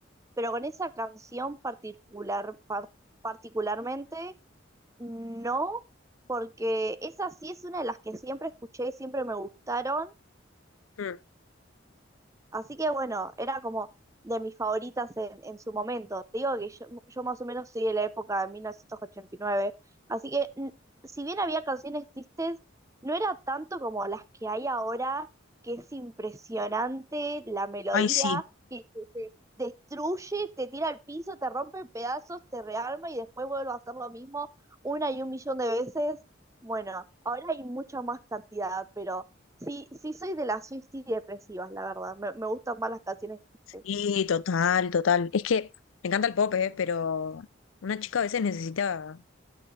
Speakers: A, on the right (about 15°); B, on the left (about 85°).
A: pero con esa canción particular, par- particularmente, no, porque esa sí es una de las que siempre escuché y siempre me gustaron.
B: Mm.
A: Así que bueno, era como de mis favoritas en, en su momento. Te digo que yo, yo más o menos soy de la época de mil novecientos ochenta y nueve así que n- si bien había canciones tristes, no era tanto como las que hay ahora, que es impresionante la melodía,
B: Ay, sí,
A: que te te destruye, te tira al piso, te rompe en pedazos, te rearma y después vuelve a hacer lo mismo una y un millón de veces. Bueno, ahora hay mucha más cantidad, pero Sí, sí soy de las Swifties depresivas, la verdad. Me, me gustan más las canciones tristes.
B: Y total, total. Es que me encanta el pop, ¿eh? Pero una chica a veces necesita